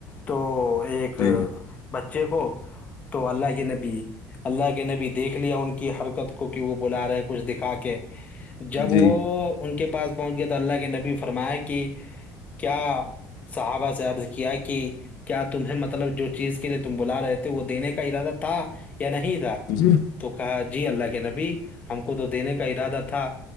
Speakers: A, on the left (about 20°); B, on the left (about 70°).
A: تو ایک
B: جی
A: بچے کو تو اللہ کے نبی اللہ کے نبی تو دیکھ لیا ان کی حرکت کو کہ وہ بلا رہے کچھ دکھا کے جب
B: جی
A: وہ ان کے پاس پہنچ گیا تو اللہ کے نبی فرمایا کہ کیا صحابہ سے عرض کیا کہ کیا تمہیں مطلب جو چیز کے لیے تم بلا رہے تھے وہ دینے کا ارادہ تھا یا نہیں تھا
B: جی
A: تو کہا جی اللہ کے نبی ہم کو تو دینے کا ارادہ تھا